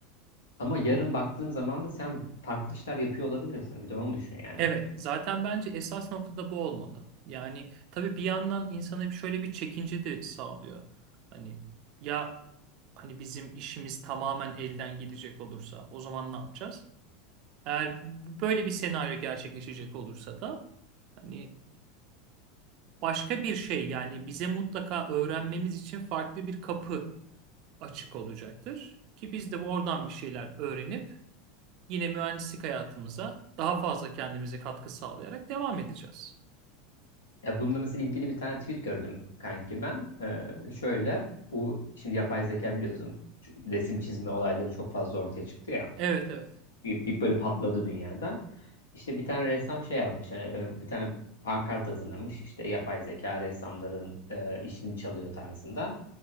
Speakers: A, on the left; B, on the right.
A: Ama yarın baktığın zaman da sen farklı işler yapıyor olabilirsin. Bir de onu düşün yani.
B: Evet, zaten bence esas noktada bu olmalı. Yani tabii bir yandan insana bir şöyle bir çekince de sağlıyor. Hani ya hani bizim işimiz tamamen elden gidecek olursa o zaman ne yapacağız? Eğer böyle bir senaryo gerçekleşecek olursa da hani başka bir şey yani bize mutlaka öğrenmemiz için farklı bir kapı açık olacaktır. Ki biz de oradan bir şeyler öğrenip yine mühendislik hayatımıza daha fazla kendimize katkı sağlayarak devam edeceğiz.
A: Ya bununla mesela ilgili bir tane tweet gördüm kanki ben. Ee, şöyle bu şimdi yapay zeka biliyorsun şu resim çizme olayları çok fazla ortaya çıktı ya.
B: Evet evet.
A: bir, bir böyle patladı dünyada. İşte bir tane ressam şey yazmış hani e, bir tane pankart hazırlamış işte yapay zeka ressamların e, işini çalıyor tarzında.